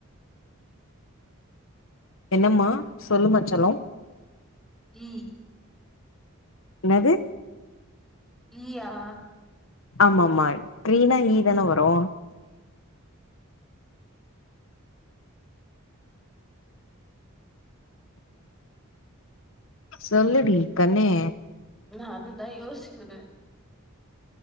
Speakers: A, on the left; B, in the centre.
A: என்னம்மா சொல்லுமா செல்லோ
B: இ
A: என்னது
B: ஈயா
A: ஆமா ஆமா ட்ரீனா ஈதானே வரு சொல்லுடி கண்ணே
B: நா அதுதா யோசிக்குறே